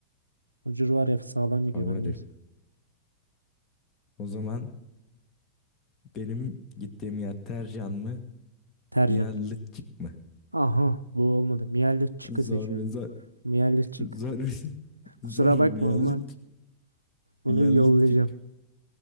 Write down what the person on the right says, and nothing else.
Mucur var ya sağlam gidiyor
ben neyse.
Tercan.
Aha bu olmadı. Miyalit çıkı
seçiyorum.
Miyalit çık.
Kusura
bakma ama bunu
yollayacağım.